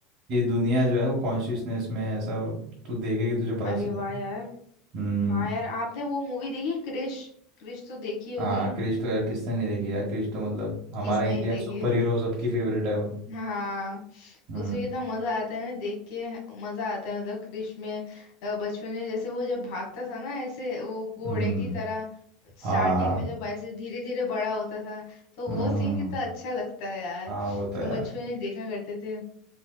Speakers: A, on the right; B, on the left.
A: ये दुनिया जो है वो कॉन्शियसनेस में है, ऐसा तू देखेगी तुझे पता
B: अरे
A: चलेगा
B: वाह यार
A: हम्म
B: हाँ यार आपने वो मूवी देखी क्रिश क्रिश तो देखी होगी
A: हाँ क्रिश तो यार किसने नहीं देखी यार क्रिश तो मतलब हमारा
B: किसने
A: इंडिया
B: ही देखी
A: सुपर हीरो सबकी फेवरेट है वो
B: हाँ
A: हम्म
B: उसमें कितना मजा आता है ना देख के मजा आता है मतलब क्रिश में अ, बचपन में जैसे वो जब भागता था ना ऐसे वो घोड़े
A: हम्म
B: की तरह स्टार्टिंग
A: हाँ
B: में जब ऐसे धीरे धीरे बड़ा होता था तो
A: हम्म
B: वो सीन कितना अच्छा लगता है यार
A: हाँ वो तो यार
B: हम बचपन में देखा करते थे